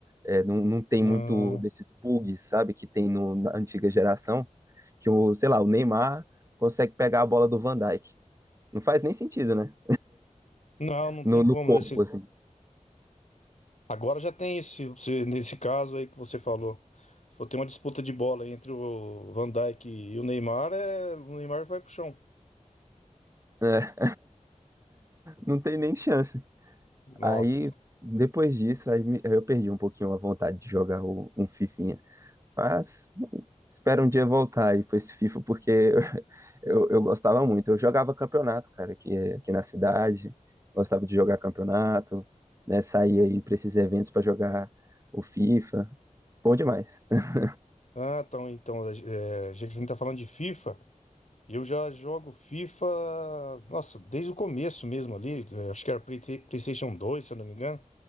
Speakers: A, on the right; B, on the left.
A: é, não, não tem
B: não
A: muito desses bugs, sabe, que tem no- na antiga geração, que o, sei lá, o Neymar consegue pegar a bola do Van Dijk. Não faz nem sentido, né?
B: não, não
A: No,
B: tem
A: no
B: como,
A: corpo,
B: né?
A: assim.
B: Agora já tem isso, se você- nesse caso aí que você falou. Se for ter uma disputa de bola entre o Van Dijk e o Neymar, é, o Neymar vai pro chão.
A: É, não tem nem chance.
B: Nossa.
A: Aí, depois disso, aí me- eu perdi um pouquinho a vontade de jogar o- um fifinha. Mas espero um dia voltar aí pra esse FIFA, porque <laughs> eu, eu, gostava muito. Eu jogava campeonato, cara, aqui, aqui na cidade. Gostava de jogar campeonato, né? Saía aí pra esses eventos pra jogar o FIFA. Bom demais. <laughs>
B: Ah, então, então, é, já que você tá falando de FIFA, eu já jogo FIFA, nossa, desde o começo mesmo ali, é, acho que era Play- PlayStation 2 se eu não me engano.